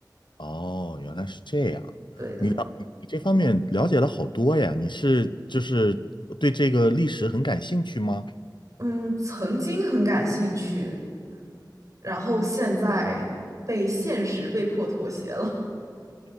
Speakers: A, on the left; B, on the right.
A: 哦，原来是这样。
B: 对的，
A: 你了你你这方面了解了好多呀。你是就是对这个历史很感兴趣吗？
B: 嗯，曾经很感兴趣，然后现在被现实被迫妥协了。